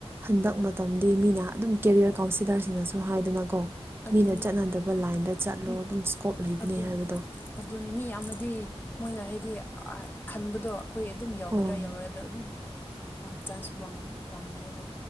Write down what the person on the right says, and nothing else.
ꯍꯟꯗꯛ ꯃꯇꯝꯗꯤ ꯃꯤꯅ ꯑꯗꯨꯝ ꯀꯦꯔꯤꯌꯔ ꯀꯥꯎꯟꯁꯤꯜꯂꯔꯁꯤꯡꯅꯁꯨ ꯍꯥꯏꯗꯅꯥꯀꯣ
ꯃꯤꯅ ꯆꯠꯅꯗꯕ ꯂꯥꯏꯟꯗ ꯆꯠꯂꯣ
ꯑꯗꯨꯝ ꯁ꯭ꯀꯣꯞ ꯂꯩꯕꯅꯤ
ꯍꯥꯏꯕꯗꯣ
ꯑꯣ